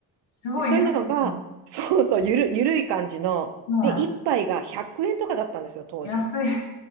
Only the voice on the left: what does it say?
すごい、
ゆるくて、
は
い。安い。